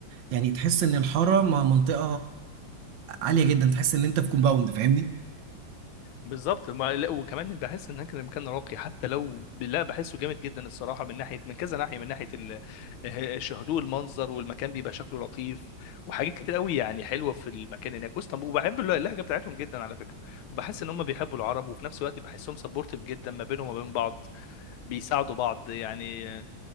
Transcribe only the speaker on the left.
بالظبط ما لا وكمان بحس ان كان المكان راقي حتى لو لا بحسه جامد جدا الصراحه من ناحيه من كذا ناحيه من ناحيه ال- ش- هدوء المنظر والمكان بيبقى شكله لطيف وحاجات كتير قوي يعني حلوه في المكان هناك واسطنبول وبحب الل- اللهجه بتاعتهم جدا على فكره وبحس ان هم بيحبوا العرب وفي نفس الوقت بحسهم سبورتيف جدا ما بينهم وما بين بعض بيساعدوا بعض يعني آه،